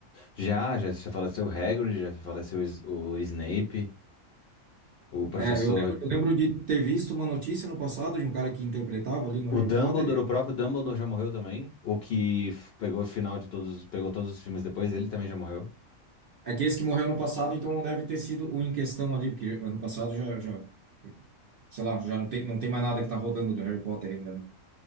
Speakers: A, on the left (about 60°); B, on the right (about 55°).
A: Já, já se faleceu o Hagrid, já se faleceu o, S- o Snape, o professor.
B: É, eu lembro, eu lembro de ter visto uma notícia no passado de um cara que interpretava ali no
A: O
B: Harry
A: Dumbledore,
B: Potter. Eu-
A: o próprio Dumbledore já morreu também. O que f- pegou o final de todos, pegou todos os filmes depois, ele também já morreu.
B: é que esse que morreu ano passado, então não deve ter sido o em questão ali, porque ano passado já, já, sei lá, já não tem, não tem mais nada que tá rodando do Harry Potter ainda, né?